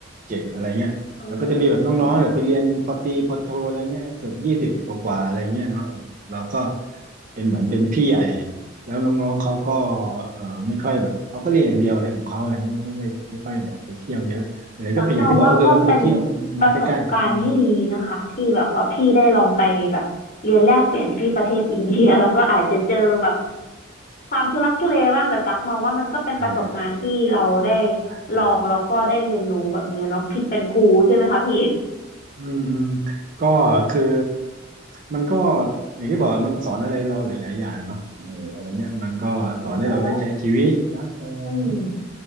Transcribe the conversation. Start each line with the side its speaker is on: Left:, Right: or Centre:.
Right: เจ็ดอะไรเงี้ย
Left: อื
Right: แล้วก็จะมีแบบน้องๆแบบไปเรียนปตรีปโทอะไรเงี้ยแบบยี่สิบกว่าๆอะไรเงี้ยเนาะเออเราก็
Left: ม
Right: เป็นเหมือนเป็นพี่ใหญ่แล้วน้องๆเขาก็เออไม่ค่อยแบบเขาก็เรียนอย่างเดียวอะไรของเขาอะไรเงี้ยเขาไม่ได้ไม่ค่อยแบบไปเที่ยวเยอะหรือก็เป็นอย่างที่บอกก็คือเราก็ไปเที่ยวอืมมันใกล้ๆอืม
Left: ตักมองว่าก็เป็นประสบการณ์ที่ดีนะคะที่แบบว่าพี่ได้ลองไปแบบเรียนแลกเปลี่ยนที่ประเทศอินเดีย <laughs> แล้วก็อาจจะเจอแบบความทุลักทุเลบ้างแต่ตักมองว่ามันก็เป็นประสบการณ์ที่เราได้
Right: เออเออใช่ใช่
Left: ลองแล้วก็ได้เรียนรู้แบบเนี้ยเนาะผิดเป็นครูใช่ไหมคะพี่
Right: อืมอืมอืมก็คือมันก็อย่างที่บอกมันสอนอะไรเราหลายๆอย่างเนาะเอออะไรเงี้ยมันก็สอนให้เราได้ใช้ชีวิตนะเอออะไรเงี้ย
Left: อืมแต่ว่าอืม